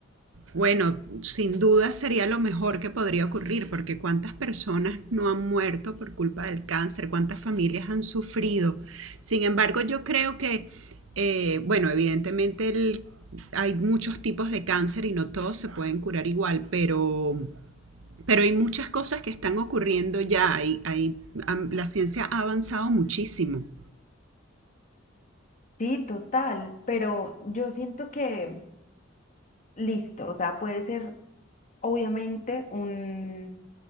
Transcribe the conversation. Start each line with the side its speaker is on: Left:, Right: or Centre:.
Right: Bueno, sin duda sería lo mejor que podría ocurrir, porque cuántas personas no han muerto por culpa del cáncer, cuántas familias han sufrido. Sin embargo, yo creo que, eh, bueno, evidentemente el- hay muchos tipos de cáncer y no todos se pueden curar igual, pero, pero hay muchas cosas que están ocurriendo ya. Hay- hay- am- la ciencia ha avanzado muchísimo.
Left: Sí, total, pero yo siento que... Listo, o sea, puede ser obviamente un,